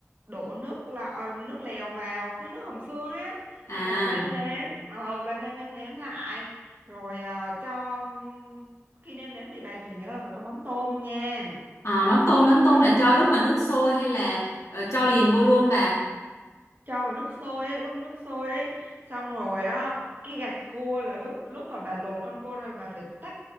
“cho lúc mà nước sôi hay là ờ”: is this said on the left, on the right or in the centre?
Left